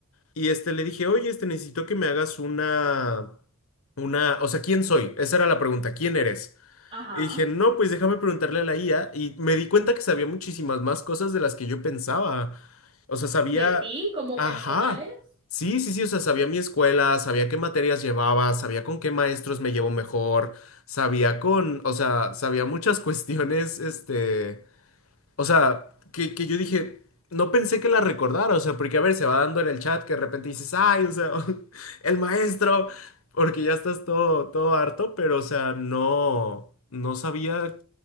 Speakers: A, on the left; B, on the right.
A: Y este le dije, oye, este necesito que me hagas una, una, o sea, ¿quién soy? Esa era la pregunta, ¿quién eres?
B: Ajá.
A: Y dije, no, pues déjame preguntarle a la IA. Y me di cuenta que sabía muchísimas más cosas de las que yo pensaba. O sea, sabía,
B: ¿De ti como
A: ajá,
B: personales?
A: sí, sí, sí, o sea, sabía mi escuela, sabía qué materias llevaba, sabía con qué maestros me llevo mejor, sabía con, o sea, sabía muchas <laughs> cuestiones, este... O sea, que, que yo dije, no pensé que la recordara, o sea, porque a ver, se va dando en el chat que de repente dices, ay, o sea, <laughs> el maestro, porque ya estás todo, todo harto, pero o sea, no, no sabía